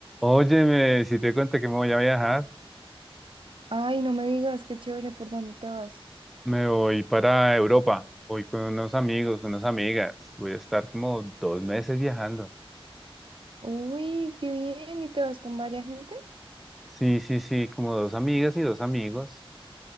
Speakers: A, in the centre; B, on the right.
A: Óyeme, si te cuento que me voy a viajar,
B: Ay, no me digas, qué chévere, ¿por dónde te vas?
A: me voy para Europa. Voy con unos amigos, unas amigas. Voy a estar como dos meses viajando.
B: Uy, qué bien, ¿y te vas con varias gente?
A: Sí, sí, sí, como dos amigas y dos amigos.